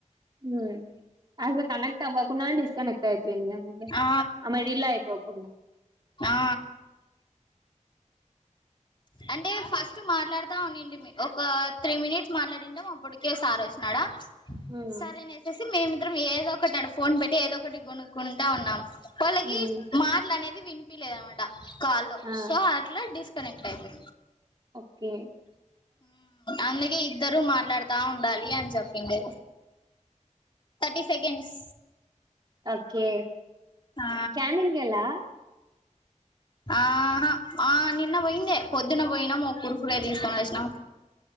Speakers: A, on the right (about 35°); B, on the left (about 40°).
A: హమ్ అసలు కనెక్ట్ అవకూడనే డిస్కనెక్ట్ అయిపోయింది నా మొబైల్.
B: ఆ
A: మిడిల్ లో అయిపోకుండా
B: ఆ అంటే ఫస్ట్ మాట్లాడుతా ఉనిండి ఒక త్రీ మినిట్స్ మాట్లాడింటే మాప్పుడికే సార్ వచ్చినాడా
A: మ్మ్.
B: సరేనిప్పేసి మేమి అందర ఏదో ఒకటి అడ ఫోన్ పెట్టి ఏదో ఒకటి కొనుక్కుంటా ఉన్నాం వాళ్ళకి
A: మ్మ్.
B: మాట్లు అనేది విను ప లేదనమాట కాలో
A: ఆ,
B: సో అట్లా డిస్ కనెక్ట్ అయితే
A: ఓకే
B: అందుగ ఇద్దరు మాట్లాడత తా ఉండాలయను చెప్పింది థర్టీ సెకండ్స్
A: ఓకే
B: ఆ
A: క్యాండల్ గలా
B: ఆహా ఆ నిన్న పోయిందే పొద్దున్న పోయినాము కురుకురే తీసుకొని వచ్చినాం